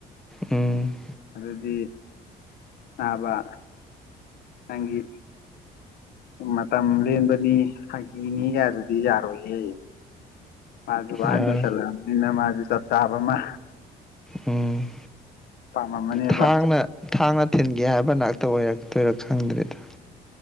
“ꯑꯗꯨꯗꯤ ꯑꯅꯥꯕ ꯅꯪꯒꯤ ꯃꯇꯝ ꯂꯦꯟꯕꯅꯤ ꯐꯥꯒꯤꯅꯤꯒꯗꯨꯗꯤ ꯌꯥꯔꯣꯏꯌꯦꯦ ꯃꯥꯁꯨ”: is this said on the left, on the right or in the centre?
Left